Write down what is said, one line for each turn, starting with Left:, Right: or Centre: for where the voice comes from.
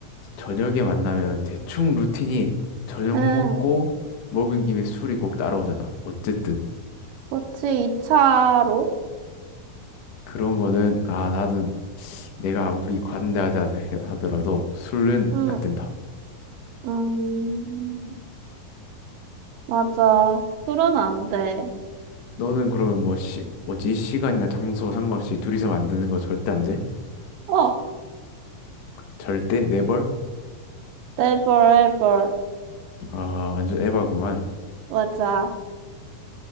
Left: 저녁에 만나면 대충 루틴이 저녁
Right: 응,
Left: 먹고 먹은 김에 술이 꼭 따라오잖아. 어쨌든
Right: 그치. 2차로?
Left: 그런 거는 아 나도 내가 아무리 관대하다 해- 하더라도 술은
Right: 응,
Left: 안 된다.
Right: 음, 맞아. 술은 안 돼.
Left: 너는 그러면 뭐 시, 뭐지? 시간이나 장소 상관없이 둘이서 만드는 거 절대 안 돼?
Right: 어,
Left: 절대? 네벌?
Right: never ever.
Left: 아 완전 에바구만.
Right: 맞아.